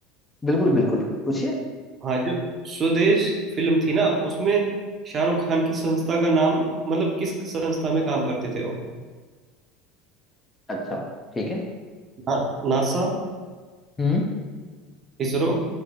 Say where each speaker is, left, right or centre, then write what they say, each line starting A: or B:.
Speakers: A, on the left (about 20°); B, on the right (about 35°).
A: बिल्कुल बिल्कुल पूछिए
B: हाँ जो स्वदेश फिल्म थी ना उसमें शाहरुख खान की संस्था का नाम मतलब किस संस्था में काम करते थे वो
A: अच्छा ठीक है
B: ना, नासा
A: हम्म
B: इसरो